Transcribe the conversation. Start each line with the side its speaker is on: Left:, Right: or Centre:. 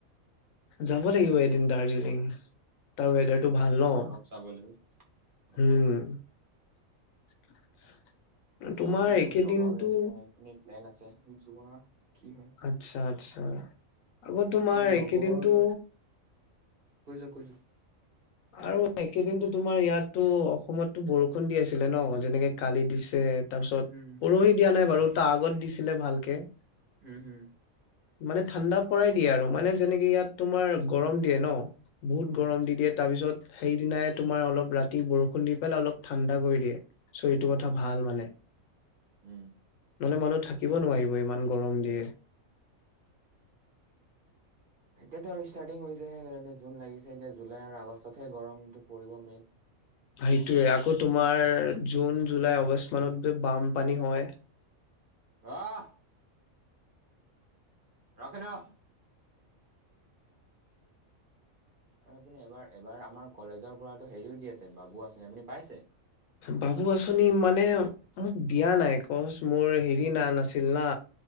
Left: যাব লাগিব এদিন দাৰ্জিলিং। তাৰ ৱেডাৰটো ভাল ন'
Right: বৰফ চাবলৈ অ
Left: হম। <inaudible> তোমাৰ
Right: চাওঁ মোৰ
Left: একেদিনটো
Right: লগৰ এটা এইি প্লেন আছে যোৱা। কি হয়
Left: আত্ছা। আচ্ছা। আকৌ তোমাৰ
Right: মোৰ
Left: এইকেইদিনটো
Right: লগৰ মান কৈ যোৱা, কৈ যোৱা।
Left: আৰু সেকেইদিনো তোমাৰ ইয়াতো অসমতো বৰষুণ দি আছিলে ন' যেনেকে কালি দিছে। তাৰ পিছত
Right: উম
Left: পৰহি দিয়া নাই বাৰু। ত' আগত দিছিলে ভালকে।
Right: উম হম
Left: মানে ঠাণ্ডা পৰাই দিয়ে আৰু মানে যেনেকে ইয়াত তোমাৰ গৰম দিয়ে ন'। বহুত
Right: উম
Left: গৰম দি দিয়ে তাৰ পিছত সেইদিনাই তোমাৰ অলপ ৰাতি বৰষুণ দি পেলাই অলপ ঠাণ্ডা কৰি দিয়ে চৰিটোৰ কথা ভাল মানে।
Right: উম।
Left: নহ'লে মানুহ থাকিব নোৱাৰিব ইমান গৰম দিয়ে।
Right: এতিয়াতো আৰু ষ্টাৰ্টিং হৈছেহে এতিয়া জুন লাগিছে এতিয়া জুলাই আৰু আগষ্টতহে গৰমটো পৰিব মেইন।
Left: সেইটোৱে আকৌ তোমাৰ জুন, জুলাই, আগষ্ট মানত বানপানী হয়।
Right: আহ। ৰাখে ন'। আৰু আপুনি এবাৰ এবাৰ আমাৰ কলেজৰ পৰাতো হেৰিও দি আছে বাবু আঁচনি, আপুনি পাইছে?
Left: বাবু আচনি মানে মোক দিয়া নাই কচ মোৰ হেৰি ন নাছিল না